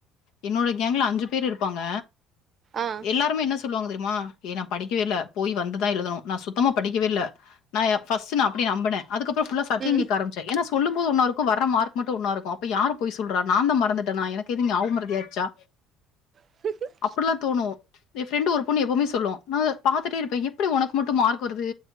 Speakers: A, on the left; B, on the right.
A: என்னோட கேங்ல அஞ்சு பேர் இருப்பாங்க
B: ஆ
A: எல்லாருமே என்ன சொ சொல்லுவாங்க தெரியுமா ஏ நா படிக்கவே இல்ல போய் வந்துதா எழுதணு நா சுத்தமா படிக்கவே இல்ல நா ஃபஸ்ட் நா அப்டியே நம்பினே அதுக்கப்புற புல்லா சத்த
B: ம்
A: கேக்க ஆரம்பிச் சி ஏன்னா சொல்லுபோது ஒன்னா இருக்கு வர மார்க் மட்டு ஒன்னா இருக்கு அப்ப யார் பொய் சொல்றா நா தா மறந்துட்டேனா எனக்கு ஏது ஞாபகமறதியாச்சா
B: <inaudible>
A: அப்பல்லா தோணு என் ஃப்ரெண்டு ஒரு பொண்ணு எப்பவுமே சொல்லு பாத்துட்டே இருப்பே எப்டி உனக்கு மட்டு மார்க் வருது